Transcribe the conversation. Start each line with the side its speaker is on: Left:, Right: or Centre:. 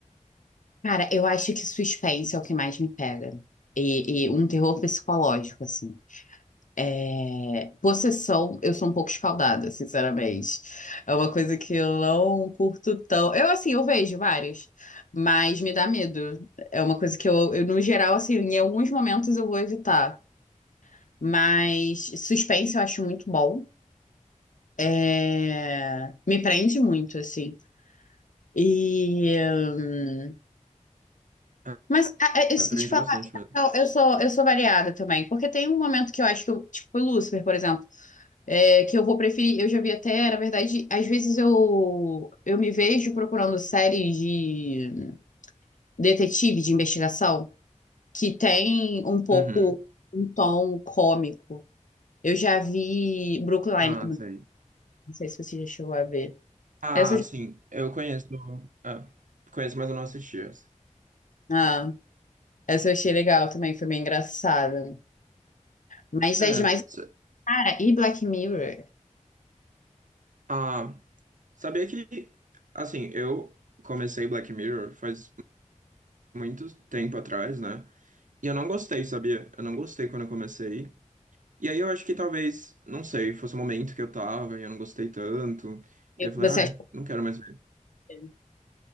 Left: Cara, eu acho que suspense é o que mais me pega. E, e um terror psicológico, assim. É, possessão, eu sou um pouco escaldada, sinceramente. É uma coisa que eu não curto tão. Eu, assim, eu vejo vários, mas me dá medo. É uma coisa que eu, eu, no geral, assim, em alguns momentos eu vou evitar. Mas suspense eu acho muito bom. É, me prende muito, assim. E. hum,
Right: Ah,
Left: Mas, a- a- eu,
Right: aprende
Left: se te falar,
Right: bastante mesmo.
Left: eu eu sou, eu sou variada também, porque tem um momento que eu acho que eu, tipo, Lucifer, por exemplo. É, que eu vou preferir, eu já vi até, na verdade, às vezes eu, eu me vejo procurando séries de detetive, de investigação, que tem um pouco
Right: Uhum.
Left: um tom cômico. Eu já vi Brooklyn,
Right: Ah, sei.
Left: não sei se você já chegou a ver.
Right: Ah,
Left: Essa, eu-
Right: sim. Eu conheço. ah, conheço, mas eu não assisti essa.
Left: ah, essa eu achei legal também, foi bem engraçada. Mas
Right: É.
Left: das demais,
Right: sa-
Left: cara, e Black Mirror?
Right: Ah, sabia que, assim, eu comecei Black Mirror faz muito tempo atrás, né? E eu não gostei, sabia? Eu não gostei quando eu comecei. E aí eu acho que talvez, não sei, fosse o momento que eu tava e eu não gostei tanto. E
Left: Eu-
Right: aí eu falei,
Left: você achou
Right: ah não quero mais ver.
Left: impactante?